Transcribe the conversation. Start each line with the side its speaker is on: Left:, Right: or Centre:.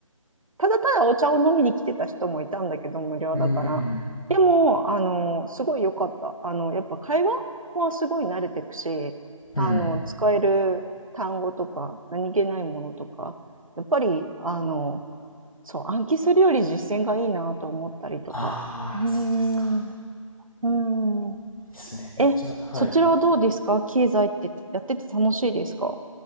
Right: ただただお茶を飲みに来てた人もいたんだけど、無料だから。
Left: う。うーん。
Right: でも、あの、すごい良かった。あの、やっぱ会話はすごい慣れてくし、
Left: うん。
Right: あの、使える単語とか、何気ないものとか、やっぱり、あの、そう、暗記するより実践がいいなと思ったりとか。
Left: ああ、
Right: うーん、
Left: そうですか。
Right: うーん。
Left: いいですね。
Right: え、
Left: じゃあ、
Right: そちらはどうですか経済ってやってて楽しいですか
Left: はい。